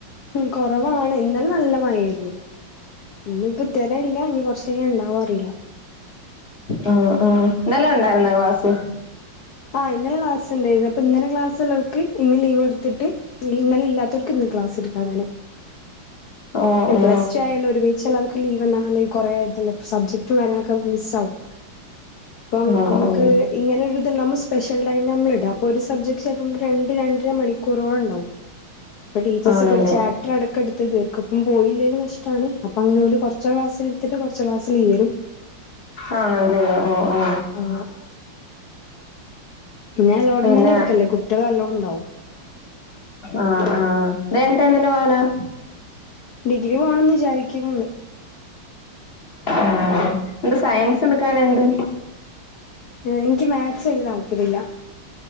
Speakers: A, on the left; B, on the left.
A: കൊറവാണ് ഇന്നലെ നല്ല മഴേരുന്നു. ഇന്നിപ്പോ തൊ - ഇപ്പോ ഇല്ല. ഇനി കൊറച്ച് കഴിഞ്ഞ് ഇണ്ടാവോ അറീല്ല.
B: ആ ആ ഇന്നലെ ഇണ്ടായിരുന്നോ ക്ലാസ്സ്?
A: ആ ഇന്നലെ ക്ലാസ് ഇണ്ടായിന്നു. ഇപ്പൊ ഇന്നലെ ക്ലാസ് ഇള്ളവർക്ക് ഇന്ന് ലീവൊടുത്തിട്ട് ഇന്നലെ ഇല്ലാത്തവർക്ക് ഇന്ന് ക്ലാസ്ടുക്കും അങ്ങനെ.
B: ഓ ഓ
A: പ്ലസ് ടു ആയോണ്ട് ഒരു ബാച്ച്കാർക്ക് ലീവ് വന്നാ കൊറെ ഇത് സബ്ജക്ടും കാര്യങ്ങളൊക്കെ മിസ്സാവും. ഇപ്പൊ
B: ഓ
A: അമ്മക്ക്
B: ഓ
A: ഇങ്ങനെ ഒരുത് ഇണ്ടാവുമ്പോ സ്പെഷ്യൽ ടൈമ് നമ്മള് ഇടാ ഒരു സബ്ജക്ട് ചെലപ്പൊ രണ്ട് രണ്ടര മണിക്കൂറോളം ഇണ്ടാവും. അപ്പെ ടീച്ചേഴ്സ്
B: ആണല്ലേ
A: ഒക്കെ ഒരു ചാപ് - റ്ററടക്കെടുത്ത് തീർക്കും. അപ്പ പോയില്ലെങ്കി നഷ്ടാണ്. അപ്പൊ അങ്ങനെ ഓല് കൊറ്ച്ച് ക്ലാസ്സിലിട്ത്ത് എടുത്തിട്ട് കൊറച്ച് ക്ലാസ്സില് യേരും.
B: ആ അതെ ഓ ഓ
A: ആഹ് ഞാൻ ലോട്ട്മെന്റ്
B: പിന്നെ
A: എടുക്കല്ലേ കുട്ട്യേൾ നല്ലോം ഇണ്ടാവും.
B: ആഹ് ആഹ് തേ <unintelligible> എന്തിന <unintelligible>
A: ഡിഗ്രി പോകണംന്ന് വിചാരിക്കുന്നുണ്ട്.
B: ആഹ് എന്ത് സയൻസ് എട്ക്കാഞ്ഞെന്ത്
A: ഇനിക്ക് മാക്സ് വെല്ല്യ താല്പര്യല്ല.